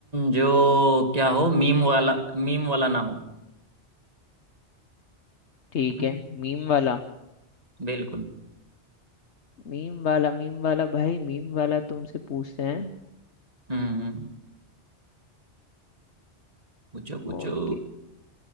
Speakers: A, on the right (about 35°); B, on the left (about 80°).
A: जो क्या हो मीम वाला मीम वाला ना हो
B: ठीक
A: हम्म,
B: है मीम वाला
A: बिल्कुल
B: मीम वाला मीम वाला भाई मीम वाला तुमसे पूछते हैं
A: हम्म पूछो पूछो
B: ओके